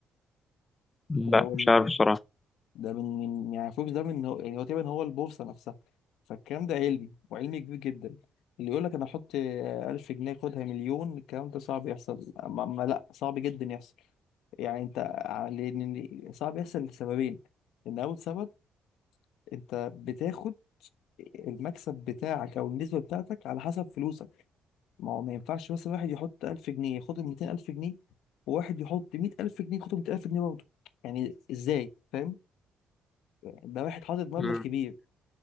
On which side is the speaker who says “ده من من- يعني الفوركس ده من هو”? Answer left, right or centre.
Left